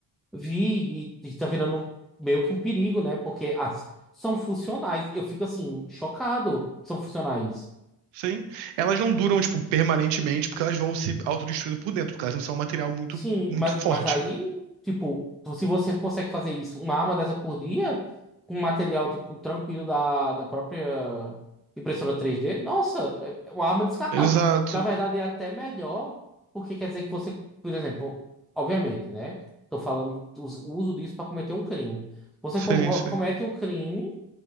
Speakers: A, in the centre; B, on the right.
A: Vi, e, e tá virando meio que um perigo, né? Porque as, são funcionais. Eu fico assim, chocado que são funcionais.
B: Sim. Elas não duram, tipo, permanentemente, porque elas vão se autodestruindo por dentro, porque elas não são um material muito,
A: Sim,
B: muito
A: mas,
B: forte,
A: mas aí,
B: né?
A: tipo, se você consegue fazer isso, uma arma dessa por dia, com material, tipo, tranquilo da, da própria impressora 3D, nossa, é é uma arma descartável.
B: Exato.
A: Na verdade, é até melhor, porque quer dizer que você, por exemplo, obviamente, né? Tô falando do us- o uso disso para cometer um crime. Você
B: Sim,
A: como-
B: sim.
A: comete um crime